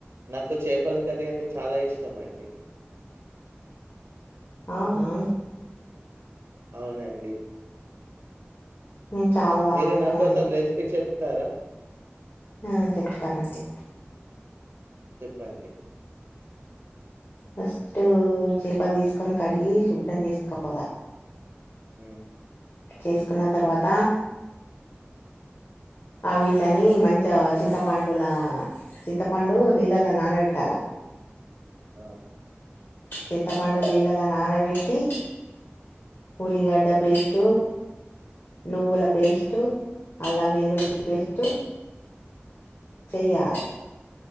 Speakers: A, on the right; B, on the left.
A: నాకు చేపల కర్రీ అంటే చాలా ఇష్టం అండి
B: అవునా
A: అవునండి
B: మేము చాలా బాగా
A: మీరు
B: వండుతామండి
A: నా కోసం రెసిపీ చెప్ త్తర
B: ఆ చెప్తానండి
A: చెప్పండి
B: ఫస్ట్ చేపలు తీసుకొని కడిగి శుభ్రం చేసుకోవాల
A: హ్మ్
B: చేసుకున్న తర్వాత ఆవీటిలని మంచి చింతపండుల చింతపండు నీళ్ళలో నానబెట్టాల
A: ఆ
B: చింతపండు నీళ్ళలో నానబెట్టి ఉలిగడ్డ పేస్టు నువ్వుల పేస్టు అల్లం వెల్లుల్లి పేస్టు చెయ్యాలి